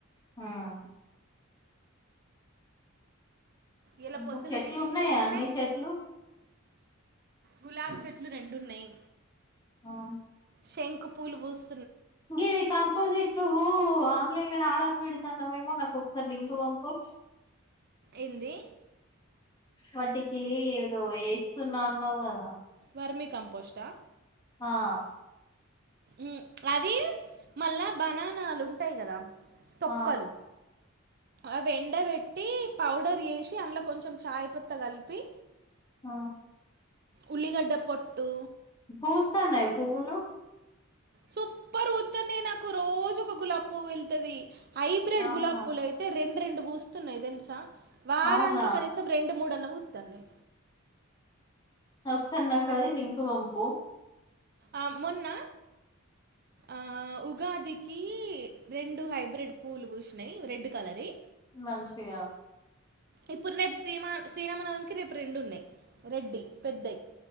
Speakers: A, on the left; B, on the right.
A: ఆహ్.
B: ఇలా
A: ఇంకా
B: పొద్దున
A: చెట్లు
B: టిఫిన్
A: ఉన్నాయా
B: చేయగానే
A: అన్ని చెట్లు.
B: గులాబ్ చెట్లు రెండున్నాయ్.
A: అవును.
B: శంక్ పూల్ పూస్
A: గిది కాంపోజిట్ నువ్వు ఆహ్. ఆన్లైన్ నేను ఆర్డర్ పెడుతాన్నావేమో నాకు ఒకసారి లింకు వంపు.
B: ఏంది.
A: వాటికి ఏదో వేస్తున్నన్నావ్ గదా.
B: వర్ని కంపోస్టా.
A: ఆహ్.
B: ఉమ్ అవి మళ్ళా బనానాలు ఉంటాయ్ గదా. తొక్కలు
A: ఆ
B: అవి ఎండ వేట్టి పౌడర్ జేసి అందులో కొంచెం చాయ్ పత్త కలిపి
A: ఆ
B: ఉల్లిగడ్డ పోట్టు
A: పూస్తన్నాయ పువ్వులు
B: సూప్పర్ పుతన్నాయి నాకు రోజు ఒక గులాబి పువ్వు వెళ్తది హైబ్రెడ్
A: అవునా
B: గులాబ్ పూలు అయితే రెండు రెండు పూస్తున్నాయి తెలుసా వారానికి
A: అవునా
B: కనీసం రెండు. రెండు మూడన్నా పుత్తునై.
A: ఒకసారి నాకు అది లింక్ పంపు.
B: ఆహ్ మొన్న. ఆహ్ ఉగాదికి రెండు హైబ్రిడ్ పూలు పూసినాయి రెడ్ కలర్ వి.
A: మంచిగ
B: ఇప్పుడు రేప్ శ్రీమ శ్రీరామనవమికి రేపు రెండు ఉన్నాయ్ రెడ్డి పెద్దయ్